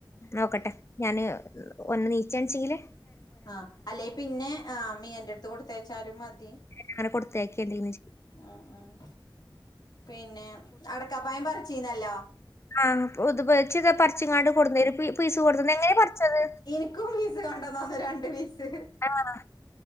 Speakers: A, on the left (about 30°); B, on the left (about 55°).
A: നോക്കട്ടെ ഞാന് ഒൺന്ന് നീച്ചാൺച്ചെങ്കില്
B: ആഹ് അല്ലേയ് പിന്നെ ആഹ് മിയന്റെട്ത്ത് കൊട് ത്തേച്ചാലും മതി
A: അങ്ങനെ കൊടുത്തേക്കെ എന്തെങ്കിലും
B: ആഹ് ആഹ് പിന്നെ അടക്കാ പഴം പറ്ച്ചീന്നല്ലോ
A: ആഹ് പൊതു <unintelligible> പറ്ച്ച്ങ്ങാണ്ട് കൊട്ന്നെരും ഫ്രീ ഫ്രീസ കൊടുത്തത് നങ്ങനേ പറ്ച്ചത്
B: ഇനിക്കും പീസ് കൊണ്ടന്നന്നു രണ്ട് പീസ്
A: ആഹ്